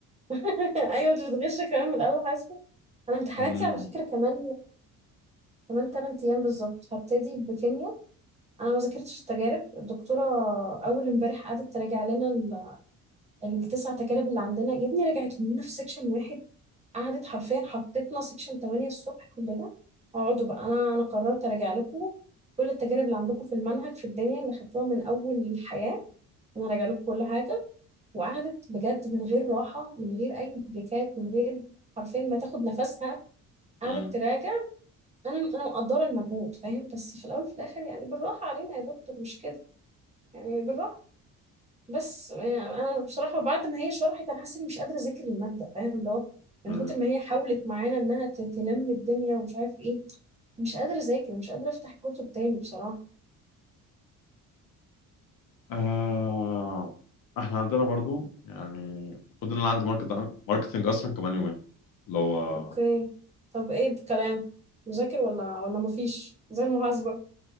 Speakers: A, on the right; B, on the left.
A: <laughs> ايوه انت بتغش كمان من الاله حاسبه انا امتحاناتي
B: مم.
A: على فكره كمان كمان 8 ايام بالظبط هبتدي بكيمياء انا ما ذاكرتش التجارب الدكتوره اول امبارح قعدت تراجع لنا ال- التسع تجارب اللي عندنا يا ابني رجعتهم لنا في سيكشن واحد قعدت حرفيا حطيتنا سيكشن 8 الصبح كلنا اقعدوا بقى انا انا قررت اراجع لكم كل التجارب اللي عندكم في المنهج في الدنيا اللي خدتوها من اول الحياه انا راجع لكم كل حاجه وقعدت بجد من غير راحه من غير اي بريكات من غير حرفيا ما تاخد نفسها قعدت
B: مم.
A: تراجع انا انا مقدره المجهود فاهم بس في الاول وفي الاخر يعني بالراحه علينا يا دكتور مش كده يعني بالراحه بس يعني انا بصراحه بعد ما هي شرحت انا حاسه اني مش قادره اذاكر الماده فاهم اللي هو
B: مم.
A: من كتر ما هي حاولت معانا انها ت- تلم الدنيا ومش عارف ايه مش قادره اذاكر مش قادره افتح كتب تاني بصراحه
B: آه إحنا عندنا برضو يعني المفروض إن أنا عندي ماركت ماركتنج أصلا كمان يومين اللي هو
A: اوكي طب ايه الكلام مذاكر ولا ولا مفيش زي المحاسبه